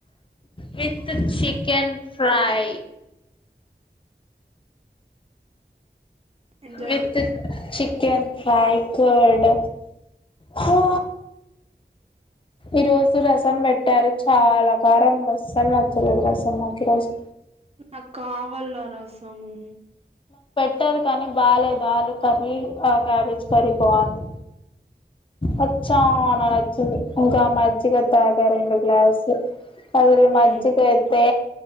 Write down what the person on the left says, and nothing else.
with chicken fry
with chicken fry curd హా ఈరోజు రసం పెట్టారు చాలా కారంఉంది అసలు నచ్చలేదు రసం నాకు ఈరోజు
పట్టదు కానీ బాలేదు ఆలు కర్రీ ఆ క్యాబేజ్ కర్రీ బాగుంది అది చాల్ నచ్చింది ఇంకా మజ్జిగ తాగ రెండు గ్లాసు అసలు
మజ్జిగయితే